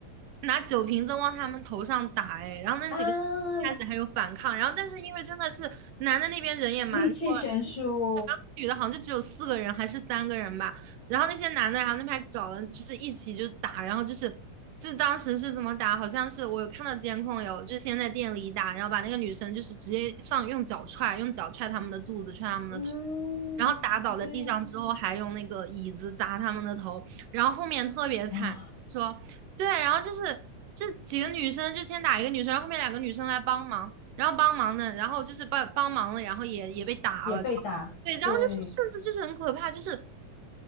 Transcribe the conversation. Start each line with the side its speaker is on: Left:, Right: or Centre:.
Right: 拿酒瓶子往他们头上打，哎，然后那几个开始还有反抗，
Left: 啊，
Right: 然后但是因为真的是男的那边人也蛮多的，
Left: 力气悬殊，
Right: 然后女的好像就只有四个人还是三个人吧。然后那些男的，然后那边找了，就是一起就打，然后就是就是当时是怎么打？好像是我有看到监控有，就先在店里打，然后把那个女生就是直接上用脚踹，用脚踹他们的肚子，踹他们的头。
Left: 嗯，
Right: 然后打倒在地上之后，
Left: 对，
Right: 还用那个椅子砸他们的头，然后后面特别惨，
Left: 哇，
Right: 说对，然后就是这几个女生就先打一个女生，然后后面两个女生来帮忙，然后帮忙的，然后就是帮帮忙了，然后也也被打了，
Left: 也被打，
Right: 对，然后就是甚至就是很可怕，
Left: 对，
Right: 就是